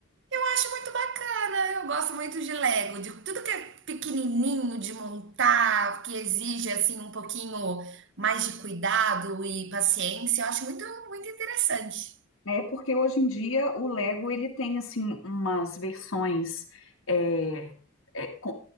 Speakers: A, on the right; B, on the left.
A: Eu acho muito bacana, eu gosto muito de Lego, de tudo que é pequenininho de montar, que exige assim um pouquinho mais de cuidado e paciência, eu acho muito, muito interessante.
B: É porque hoje em dia o Lego ele tem assim umas versões é, é, com-